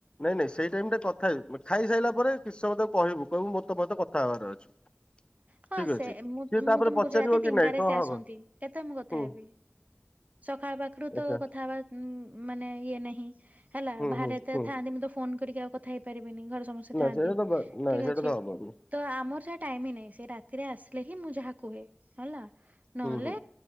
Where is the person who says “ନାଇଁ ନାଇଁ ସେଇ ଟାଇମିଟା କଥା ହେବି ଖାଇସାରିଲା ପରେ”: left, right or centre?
Left